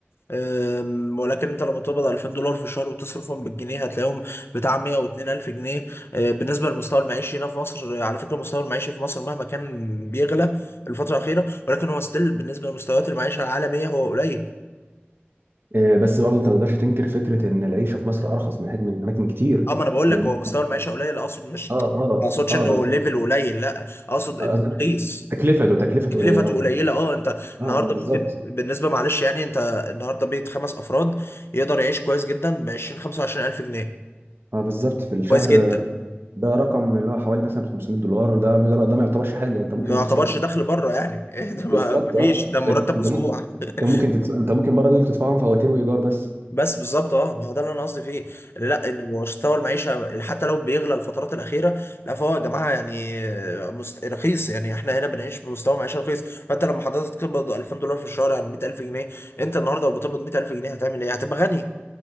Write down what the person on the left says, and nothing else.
أم، ولكن انت لما تقبض 2000 دولار في الشهر وتصرفهم بالجنيه هتلاقيهم بتاع 102 الف جنيه أه، بالنسبه للمستوى المعيشي هنا في مصر أه، على فكره المستوى المعيشي في مصر مهما كان بيغلى الفتره الاخيره ولكن هو ستيل بالنسبه لمستويات المعيشه العالميه هو قليل
اه ما انا بقول
لك هو مستوى
المعيشه قليل اقصد مش
ما اقصدش
انه
ليفل قليل لا اقصد انه
رخيص
تكلفته
قليله اه انت النهارده
ممكن بالنسبه معلش يعني انت النهارده بيت خمس افراد يقدر يعيش كويس جدا ب 20 25 الف جنيه
كويس جدا
ما
يعتبرش
دخل بره يعني <laughs> ده ما
ما فيش
ده مرتب
اسبوع
<laughs>
بس بالظبط اه ما هو ده اللي انا قصدي فيه اللي لا ان مستوى المعيشه حتى لو بيغلى الفترات الاخيره لا فهو يا جماعه يعني آه، مست... رخيص يعني احنا هنا بنعيش بمستوى معيشه رخيص فانت لما حضرتك تقبض 2000 دولار في الشهر يعني 100000 جنيه انت النهارده لو بتقبض 100000 جنيه هتعمل ايه؟ هتبقى غني